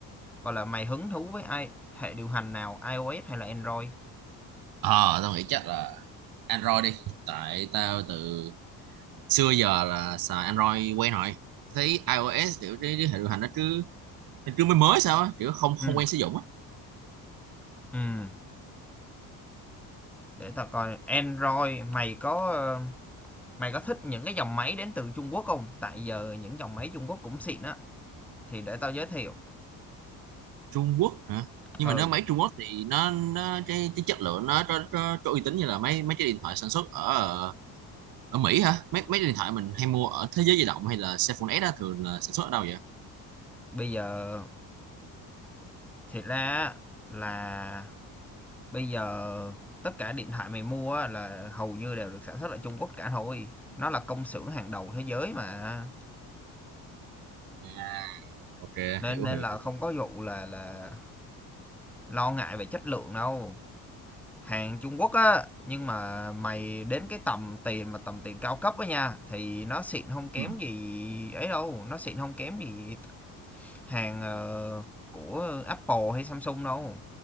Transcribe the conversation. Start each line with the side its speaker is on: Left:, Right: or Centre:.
Centre: gọi là mày hứng thú với ai hệ điều hành nào iOS hay là Android?
Right: ờ tao nghĩ chắc là Android đi tại tao từ xưa giờ là xài Android quen rồi thấy iOS kiểu cái, cái hệ điều hành nó cứ nó cứ mới mới sao á kiểu không
Centre: ừ
Right: không quen sử dụng á
Centre: ừm, để ta coi Android mày có ờ, Mày có thích những cái dòng máy đến từ Trung Quốc không? Tại giờ những dòng máy Trung Quốc cũng xịn á. Thì để tao giới thiệu.
Right: Trung Quốc hả nhưng
Centre: Ừ,
Right: mà nếu máy Trung Quốc thì nó, nó cái, cái chất lượng nó có, có, có uy tín như là mấy mấy cái điện thoại sản xuất ở ở Mỹ hả mấy mấy cái điện thoại mình hay mua ở Thế giới di động hay là Cellphone S đó thường là sản xuất ở đâu vậy
Centre: bây giờ thiệt ra là bây giờ tất cả điện thoại mày mua là hầu như đều được sản xuất ở Trung Quốc cả thôi. Nó là công xưởng hàng đầu thế giới mà.
Right: à, ok
Centre: Nên
Right: hiểu
Centre: nên
Right: hiểu
Centre: là
Right: hiểu
Centre: không có vụ là là lo ngại về chất lượng đâu. Hàng Trung Quốc á, nhưng mà mày đến cái tầm tiền mà tầm tiền cao cấp á nha thì nó xịn không kém
Right: ừ.
Centre: gì ấy đâu, nó xịn không kém gì hàng, ờ, của Apple hay Samsung đâu.